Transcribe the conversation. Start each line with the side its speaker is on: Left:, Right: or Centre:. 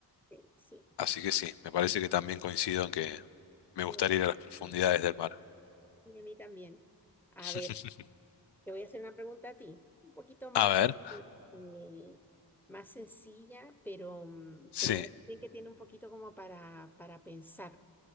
Centre: sí, sí,
Left: Así que sí, me parece que también coincido en que me
Centre: me
Left: gustaría
Centre: gusta.
Left: ir a las profundidades del mar.
Centre: Sí, a mí también. A
Left: <laughs>
Centre: ver. Te voy a hacer una pregunta a ti, un poquito más,
Left: A ver,
Centre: eh, más sencilla, pero, mm,
Left: sí,
Centre: pero igual también que tiene un poquito como para, para pensar.